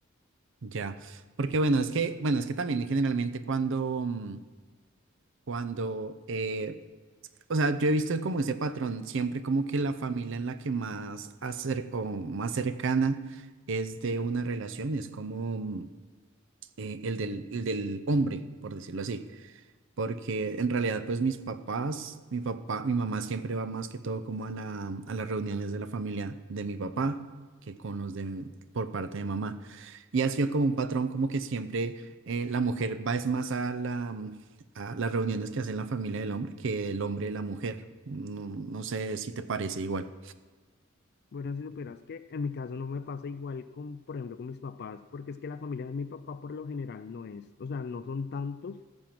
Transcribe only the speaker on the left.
Bueno, si supieras que en mi caso no me pasa igual con, por ejemplo, con mis papás, porque es que la familia de mi papá por lo general no es, o sea, no son tantos